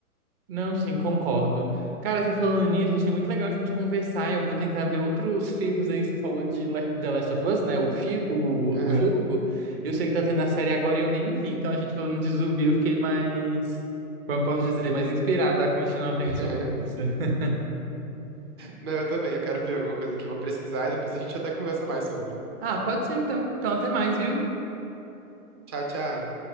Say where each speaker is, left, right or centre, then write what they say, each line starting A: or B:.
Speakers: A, on the right; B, on the right.
A: Não, sim, concordo. Cara, você falando nisso, achei muito legal a gente conversar. Eu vou tentar ver outros filmes aí. Você falou de Le- The Last of Us, né? O, fi o,
B: Aham.
A: o jogo. Eu sei que tá tendo a série agora e eu nem vi. Então, a gente falando de zumbi, eu fiquei mais, como eu posso dizer, mais inspirada a continuar vendo
B: <laughs>
A: sobre isso. <laughs>
B: Não, eu também. Eu quero ver alguma coisa aqui. Vou pesquisar e depois a gente até conversa mais sobre.
A: Ah, pode ser então. Então, até mais, viu?
B: Tchau, tchau.